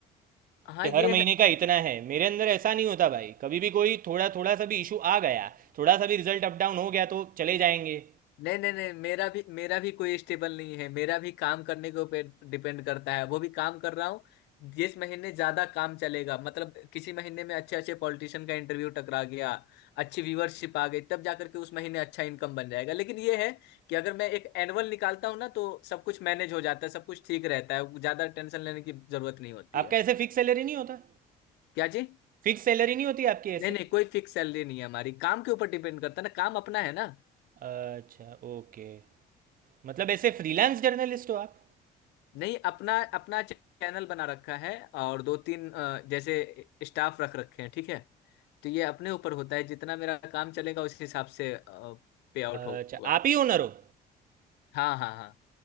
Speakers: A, on the left; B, on the right.
A: हाँ
B: कि हर
A: ये
B: महीने
A: है
B: का इतना है मेरे अंदर ऐसा नहीं होता भाई कभी भी कोई थोड़ा थोड़ा सा भी इशू आ गया थोड़ा सा भी रिजल्ट अप डाउन हो गया तो चले जाएंगे
A: नहीं नहीं नहीं मेरा भी मेरा भी कोई स्टेबल नहीं है मेरा भी काम करने के ऊपर डिपेंड करता है वो भी काम कर रहा हूँ जिस महीने ज्यादा काम चलेगा मतलब किसी महीने में अच्छे अच्छे पॉलिटिशियन का इंटरव्यू टकरा गया अच्छी व्यूअरशिप आ गई तब जाकर के उस महीने अच्छा इनकम बन जाएगा लेकिन ये है कि अगर मैं एक एनुअल निकालता हूँ ना तो सब कुछ मैनेज हो जाता है सब कुछ ठीक रहता है ज्यादा टेंशन लेने की जरूरत नहीं होती
B: आपका
A: है
B: ऐसे फिक्स सैलरी नहीं होता
A: क्या जी
B: फिक्स सैलरी नहीं होती आपकी ऐसे
A: नहीं नहीं कोई फिक्स सैलरी नहीं है हमारी काम के ऊपर डिपेंड करता है ना काम अपना है ना
B: अच्छा ओके मतलब ऐसे फ्रीलांस जर्नलिस्ट हो आप
A: नहीं अपना अपना चैनल बना रखा है और दो तीन अ, जैसे स्टाफ रख रखे हैं ठीक है तो ये अपने ऊपर होता है जितना मेरा काम चलेगा उस हिसाब से पे आउट
B: अच्छा
A: होगा
B: आप ही ओनर हो
A: हाँ हाँ हाँ